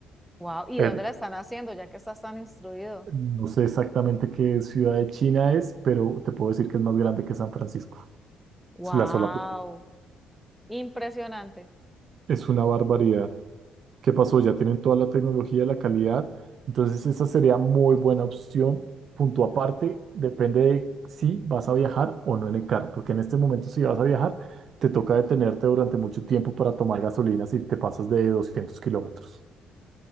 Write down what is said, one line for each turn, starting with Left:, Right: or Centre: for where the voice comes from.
Centre: Wow. ¿Y
Right: El-
Centre: dónde la están haciendo ya que estás tan instruido?
Right: no sé exactamente qué ciudad de China es, pero te puedo decir que es más grande que San Francisco.
Centre: Wow.
Right: Es La sola planta
Centre: Impresionante.
Right: es una barbaridad. ¿Qué pasó? Ya tienen toda la tecnología, la calidad. Entonces, esa sería muy buena opción. Punto aparte, depende de si vas a viajar o no en el carro, porque en este momento, si vas a viajar, te toca detenerte durante mucho tiempo para tomar gasolina si te pasas de 200 kilómetros.